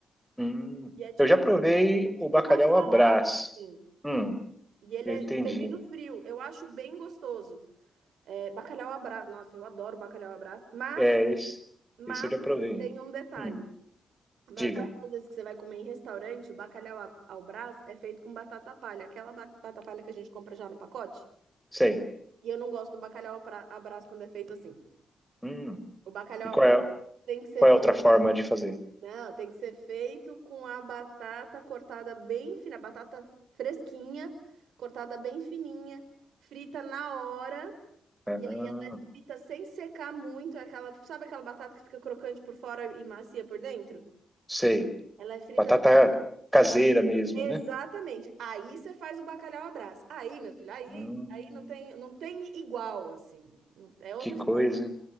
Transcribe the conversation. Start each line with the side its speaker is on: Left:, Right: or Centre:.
Centre: Hum.
Right: E é tipo,
Centre: Eu já provei
Right: tipo
Centre: o bacalhau
Right: uma salada,
Centre: à Brás.
Right: assim.
Centre: Hum,
Right: E ele
Centre: eu
Right: é
Centre: entendi.
Right: servido frio. Eu acho bem gostoso. É, bacalhau à Brás. Nossa, eu adoro bacalhau à Brás. Mas
Centre: É, esse,
Right: Mas
Centre: esse eu já provei.
Right: tem um detalhe.
Centre: Hum,
Right: A maior
Centre: diga.
Right: parte das vezes que você vai comer em restaurante, o bacalhau a- ao Brás é feito com batata palha, aquela ba- batata palha que a gente compra já no pacote.
Centre: Sei.
Right: E eu não gosto do bacalhau ao pra- à Brás quando é feito assim.
Centre: Hum.
Right: O bacalhau
Centre: E qual
Right: ao Brás
Centre: é,
Right: tem que ser,
Centre: qual
Right: fe-
Centre: é a outra forma de fazer?
Right: não, tem que ser feito com a batata cortada bem fina, a batata fresquinha, cortada bem fininha, frita na hora.
Centre: Ah,
Right: E aí frita sem secar muito, é aquela, sabe aquela batata que fica crocante por fora e macia por dentro?
Centre: sei.
Right: Ela é frita
Centre: Batata caseira mesmo,
Right: Exatamente.
Centre: né?
Right: Aí você faz o bacalhau à Brás. Aí, meu filho, aí,
Centre: Ah,
Right: aí não tem, não tem igual, assim. Não- é outra
Centre: que coisa.
Right: história.